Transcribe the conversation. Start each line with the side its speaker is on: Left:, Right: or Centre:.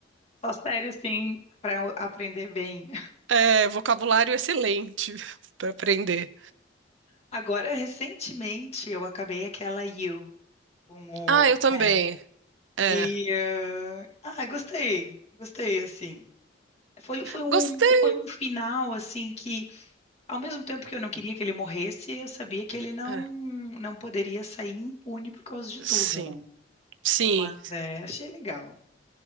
Left: Só série, assim, para aprender bem.
Right: É, vocabulário excelente <laughs> para aprender.
Left: Agora, recentemente, eu acabei aquela You com
Right: Ah, eu
Left: o
Right: também.
Left: Pen.
Right: É.
Left: E eh, ah, gostei, gostei assim. Foi, foi um,
Right: Gostei.
Left: foi um final assim que, ao mesmo tempo que eu não queria que ele morresse, eu sabia que ele não
Right: É,
Left: não poderia sair impune por causa de
Right: Sim.
Left: tudo, né?
Right: Sim.
Left: Mas é, achei legal.